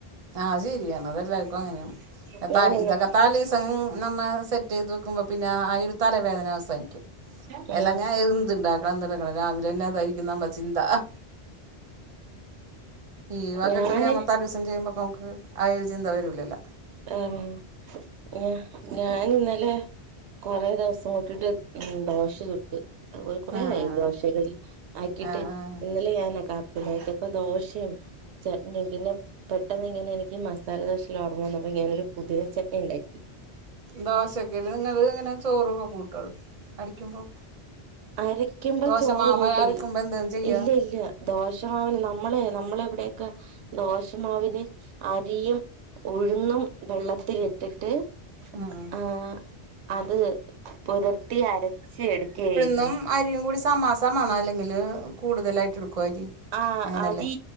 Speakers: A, on the right; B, on the right.
A: ആഹ് ശരിയാണ് അതെല്ലാവർക്കും അങ്ങനെയ ഇത
B: ഞാനിന്ന്
A: ഇതൊക്കെ തലസി <unintelligible> നമ്മൾ സെറ്റ് ചെയ്ത് വെക്കുമ്പോൾ പിന്നെ ആയിരത് തലവേദന അവസാനിക്കും
B: ഉം
A: എല്ലാം ഞാൻ എന്തു ഉണ്ടാക്കണംന്ത്ക്കണം രാവിലെ തന്നെ അതായിരിക്ക് നമ്മചിന്ത ഈവകക്കെ
B: ആഹ് ആഹ് ആഹ് ഞാന്
A: പിന്നെ ത ഒരു ദിവസം ചെയ്യുമ്പ നമുക്ക് ആ യര് ചിന്ത വരല്ലല്ലോ
B: ആഹ് ഞാ ഞാൻ ഇന്നലെ കൊറെേ ദിവസം നോക്കീട്ട് ഉം ദോശ ചുട്ട് അതുലെ കുറയായി
A: ആ ആ
B: ദോശകഴി ആക്കിട്ട്
A: ആ ആ ആ
B: ഇന്നലെ ഞാന കാ ഇത്പ്പ ദോശയും ചട്നിയും പിന്നെ പെട്ടെന്നി ങ്ങനെ എനിക്ക് മസാലദോശല്ലാ ഓർമന്ന് പ്പൊ ഞാനൊരു പുതിന ചെട്നി ഉണ്ടാക്കി.
A: ദോശക്ക്നിങ്ങള് ഇങ്ങനെ ചോറൊക്കെ കൂട്ടോ അടിക്കുമ്പോ?
B: അരക്കുമ്പോ
A: ദോശമാവ്
B: ചോറ് കൂട്ടല്ല്
A: അരക്കുമ്പോ എന്താണ് ചെയ്യാ
B: ഇല്ല ഇല്ല ദോഷമാവിന് നമ്മളെ നമ്മളെ എവിടൊക്കെ ദോശമാവിന് അരിയും ഉഴുന്നും വെള്ളത്തിലിട്ടിട്ട്
A: ഉം
B: ആഹ് അത് പുതിർത്തി അരച്ച എടുക്കയായിരുന്നു
A: <unintelligible> അരിയും കൂടി സമാസമാണ് അല്ലെങ്കിൽ കൂടുതലായിട്ട് എടുക്കുവ അരി
B: ആഹ്
A: അങ്ങനല്ലേ
B: അതീ